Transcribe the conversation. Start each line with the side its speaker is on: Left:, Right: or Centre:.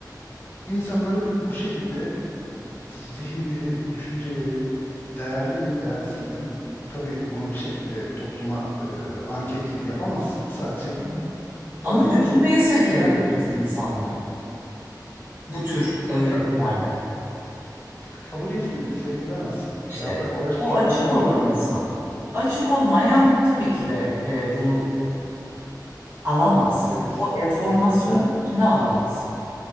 Left: insanları bu şekilde zihinleri, düşünceleri değerli mi, değersiz mi? Tabii bunu bir şekilde topluma e, anket gibi yapamazsın. Sadece
Right: Hı hı. Ama
Left: böyle yapıp
Right: düşünmeye sevk edebilirsin
Left: kendin
Right: insanları. Bu tür
Left: o
Right: öğretilerle.
Left: o tarz kabul etmiyor ki sevk edemezsin.
Right: İşte
Left: Ya bırak uğraşma
Right: o
Left: şunlarla
Right: açık olan
Left: diyor. Hani
Right: insan. Açık olmayan tabii ki de e, bunu alamaz.
Left: evet.
Right: O enformasyonu
Left: Evet. Yani
Right: içine alamaz.